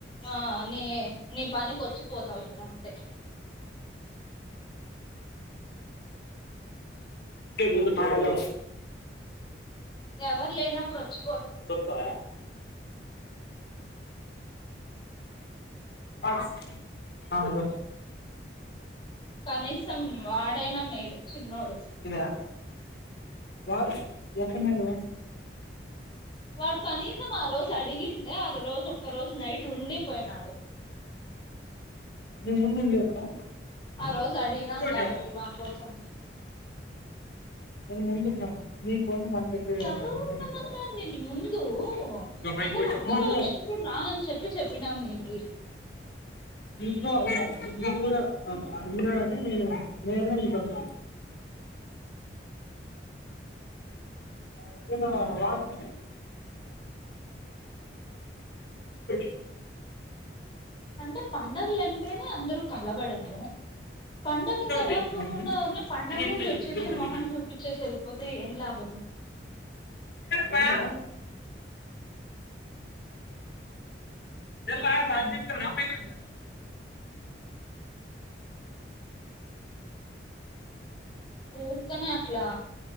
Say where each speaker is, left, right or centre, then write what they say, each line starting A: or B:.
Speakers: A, on the left; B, on the left.
A: ఆ నీ నీ పనినికి వచ్చిపోతావు చూడ అంతే
B: ఇంటి ముందు హలో
A: ఎవరు లేనప్పుడు వచ్చు
B: కాపడతాయ <unintelligible> ఆ హలో
A: కనీసం వాడైనా మేలు చిన్నోడు
B: ఇదా వాడు ఎట్ట మేలు
A: వాడు కనీసం ఆరోజ్ అడిగిం అంటే ఆ రోజు ఒక్క రోజు నైట్ ఉండిపోయినాడు
B: ముందు ఉండలేదా
A: ఆ రోజు అడిగినాం
B: ఉండలేదా
A: కాబట్టి మా కోసం
B: నేను ముందున్నాను నీ కోసం కనిపెట్టే ఆ
A: ఎవరు ఉన్నామన్నారు
B: అటు
A: నీ ముందు
B: కాదు
A: అసలు అందరూ వచ్చినప్పుడు రానని చెప్పి చెప్పినాం నీకు
B: ఇంట్లో వాల్ ఇప్పుడు కూడా ఆ అడిగిన్నాడడి నేను నేనే ఇంట్లో న్నా అవు ఏనా వారుండి <unintelligible>
A: అంటే పండగలు అంటేనే అందరుూ కలవడం పండగకి
B: ఇంకోటి
A: కలకోకుండా
B: అవును.
A: ఉనే పండగ
B: అని ఇచ్చి
A: ముందు వచ్చేసి
B: లేదు
A: మొహన్ చూపించేసి వెళ్ళిపోతే ఏం లాభం
B: భయా ఏం బా అర్జెంట్ మీ కదా
A: ఊరికనే అట్లా